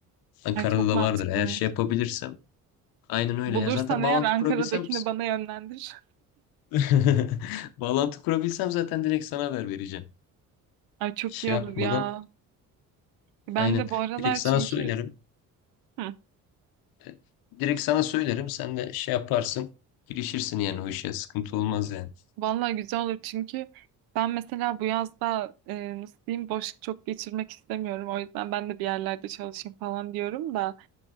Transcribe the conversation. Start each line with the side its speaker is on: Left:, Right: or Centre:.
Left: Ankara'da
Right: Ay çok
Left: da
Right: mantıklıymış.
Left: vardır. Eğer şey yapabilirsem. Aynen öyle.
Right: Bulursan
Left: Ya zaten
Right: eğer
Left: bağlantı
Right: Ankara'dakini
Left: kurabilsem
Right: bana yönlendir.
Left: <laughs> bağlantı kurabilsem zaten direkt sana haber vereceğim.
Right: Ay çok
Left: Şey
Right: iyi olur
Left: yapmadan
Right: ya. Ben
Left: Aynen.
Right: de bu aralar
Left: Direkt
Right: çünkü
Left: sana söylerim.
Right: Hı.
Left: E, Direkt sana söylerim. Sen de şey yaparsın. Girişirsin yani o işe. Sıkıntı olmaz yani.
Right: Vallahi güzel olur çünkü ben mesela bu yazda e, nasıl diyeyim boş çok geçirmek istemiyorum. O yüzden ben de bir yerlerde çalışayım falan diyorum da